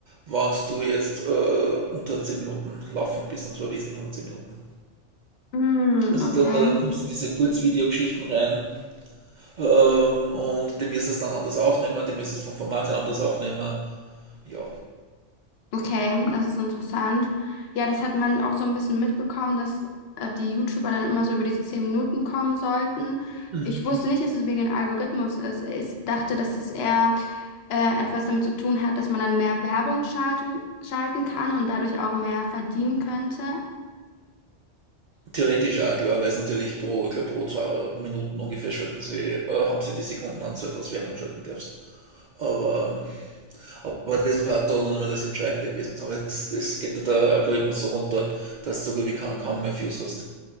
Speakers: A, on the right (about 65°); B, on the left (about 60°).
A: wenn du jetzt äh, unter 10 Minuten laufend bist, und zwar wesentlich unter 10 Minuten.
B: Mhm,
A: Also
B: okay.
A: dann, weil dann kommst du in diese Kurzvideogeschichten rein ähm, und die müsstest du dann anders aufnehmen, die müsstest vom Format her anders aufnehmen. Ja,
B: Okay, das ist interessant. Ja, das hat man auch so ein bisschen mitbekommen, dass äh, die YouTuber dann immer so über diese zehn Minuten kommen sollten.
A: Mhm.
B: Ich wusste nicht, dass es wegen dem Algorithmus ist. Ich dachte, dass es eher äh, etwas damit zu tun hat, dass man dann mehr Werbung schaltung, schalten kann und dadurch auch mehr verdienen könnte.
A: Theoretisch auch klar, weil es natürlich pro, ich glaub, pro zwei Minuten ungefähr schalten sie, äh, haben sie die Sekundenanzahl, was Werbung schalten darfst. Aber, ähm, aber das war dann noch das Entscheidende gewesen. Aber es, es geht da der Algorithmus so runter, dass du sogar wie kaum, kaum mehr Views hast.